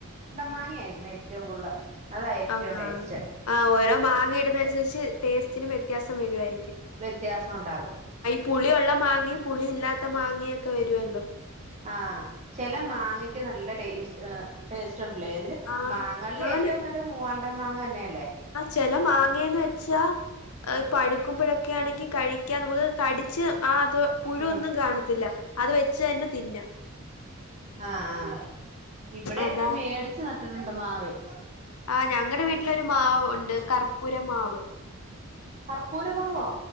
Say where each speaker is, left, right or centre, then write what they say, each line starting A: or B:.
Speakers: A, on the right; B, on the left.
A: മാങ്ങ ആായിരിക്കണേ ഏറ്റവും കൂടുതൽ. ഏറ്റവും
B: ആ
A: ടേസ്റ്റ്
B: ആ് ഓരോ മാങ്ങ ഇടുന്ന അനുസരിച്ച് ടേസ്റ്റിനും വ്യത്യാസം വരുവായിരിക്കും.
A: വ്യത്യാസം ഉണ്ടാകും.
B: പുളിയൊള്ള മാങ്ങയും പുളി ഇല്ലാത്ത മാങ്ങിയേം ഒക്കെ വരുവല്ലോ?
A: ആഹ ചില മാങ്ങക്ക് നല്ല ടെ സ് അ ടെ ല്ലേതിലും
B: ആഹ്
A: മാങ്ങളില്
B: ആണ്
A: ഏറ്റവും നല്ല മൂവാണ്ട മാങ്ങ തന്നെയല്ലേ.
B: ചില മാങ്ങേന്ന് വെച്ചാ അഹ് പഴക്കുമ്പോഴ്ക്കെ ഒക്കെ ആണെങ്കി കഴിക്കാ മ്മക്ക് കടിച്ച് പുഴു
A: ഉം
B: ഒന്നും കാണത്തില്ല. ആ അത് വെച്ച് തന്നെ തിന്നാ..
A: ആഹ ആഹ ഇവിടെ
B: അതാ
A: ഇപ്പ മേടിച്ചു നട്ടിട്ടുണ്ട് മാവേ.
B: ആ ഞങ്ങടെ വീട്ടിലൊരു മാവ് ഉണ്ട് കർപ്പൂരമാവ്.
A: കർപ്പൂരമാവോ?